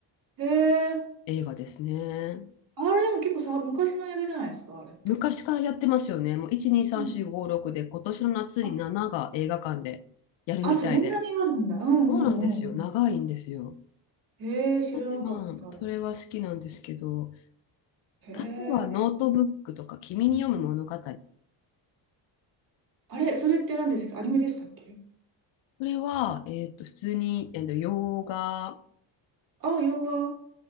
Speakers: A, on the right; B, on the left.
A: う。へえ。
B: 映画ですね。
A: あれでも結構さ、昔の映画じゃないですか、あれって。
B: 昔からやってますよね。もう1、2、3、
A: うん。
B: 4、5、6で、今年の夏に7が映画館でやるみたいで。
A: あ、あ、そんなにあるんだ。うんうんうん。
B: そうなんですよ。長いんですよ。
A: へえ、知らなかった。
B: なんでまあ、それは好きなんですけど、
A: へえ。
B: あとはノートブックとか、君に読む物語。
A: あれ、それって何でしたっけアニメでしたっけ
B: それは、えっと、普通に、えーと洋画、
A: あ、洋画。